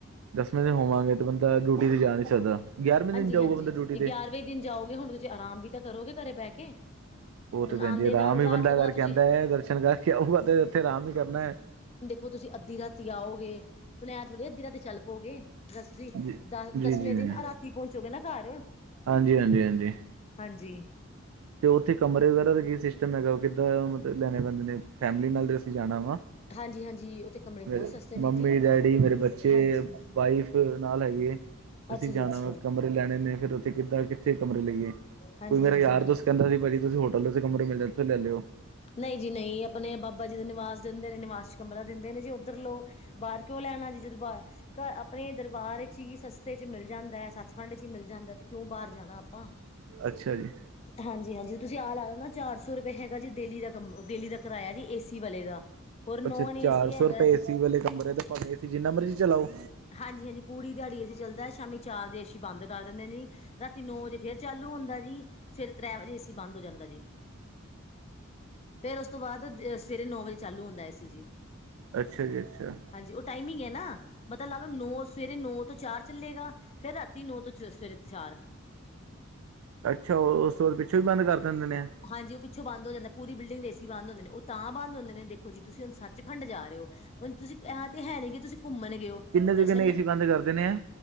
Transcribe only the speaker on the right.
ਦਸਵੇਂ ਦਿਨ ਹੋਵਾਂਗੇ ਤੇ ਬੰਦਾ ਡਿਓਟੀ ਤੇ ਜਾ ਨਹੀਂ ਸਕਦਾ ਗਿਆਰਵੇਂ
ਦਿਨ ਜਾਊਗਾ
ਬੰਦਾ ਡਿਊਟੀ ਤੇ।
<inaudible> ਉਹ
ਤੇ
ਭੈਣ ਜੀ ਆਰਾਮ
ਹੀ
ਬੰਦਾ
ਕਰਕੇ
ਆਦਾ ਏ ਦਰਸ਼ਨ ਕਰਕੇ ਆਊਗਾ ਤੇ ਇੱਥੇ ਆਰਾਮ ਹੀ ਕਰਨਾ ਏ।
ਜੀ-ਜੀ-ਜੀ,
ਹਾਂਜੀ-ਹਾਂਜੀ-ਹਾਂਜੀ।
ਤੇ ਉੱਥੇ ਕਮਰੇ ਵਗੈਰਾ ਦਾ ਕੀ ਸਿਸਟਮ ਹੈਗਾ ਕਿੱਦਾਂ ਮਤਲਬ ਲੈਣੇ ਪੈਂਦੇ ਨੇ ਫੈਮਲੀ ਨਾਲ ਅਸੀਂ ਜਾਣਾ ਵਾ।
<inaudible>
ਮੰਮੀ,
ਡੈਡੀ, ਮੇਰੇ ਬੱਚੇ,
ਵਾਈਫ। ਤੇ ਨਾਲ ਹੈਗੇ ਅਸੀਂ
ਜਾਣਾ
ਵਾ ਕਮਰੇ ਲੈਣੇ ਨੇ ਫਿਰ ਉੱਥੇ ਕਿੱਦਾਂ ਕਿ ਉੱਥੇ ਕਮਰੇ ਲਈਏ
ਕੋਈ ਮੇਰਾ
ਯਾਰ ਦੋਸਤ ਕਹਿੰਦਾ ਵੀ ਭਾਜੀ ਤੁਸੀਂ ਹੋਟਲ ਦੇ ਵਿੱਚ ਕਮਰੇ ਮਿਲਦੇ ਆ ਉੱਥੋ ਲੈ ਲਿਓ।
ਅੱਛਾ ਜੀ
ਅੱਛਾ
ਚਾਰ
ਸੌ ਰੁਪਏ
ਏ ਸੀ ਵਾਲੇ ਕਮਰੇ ਦਾ ਭਾਵੇਂ ਏ ਸੀ ਜਿੰਨਾ ਮਰਜ਼ੀ ਚਲਾਓ।
ਅੱਛਾ ਜੀ ਅੱਛਾ।
ਅੱਛਾ ਉਸ ਤੋਂ ਬਾਅਦ ਪਿੱਛੋਂ ਵੀ ਬੰਦ ਕਰ ਦਿੰਦੇ ਨੇ।
ਕਿੰਨੇ ਦੇ
ਕਿੰਨੇ ਏ ਸੀ ਬੰਦ ਕਰ ਦਿੰਨੇ ਆ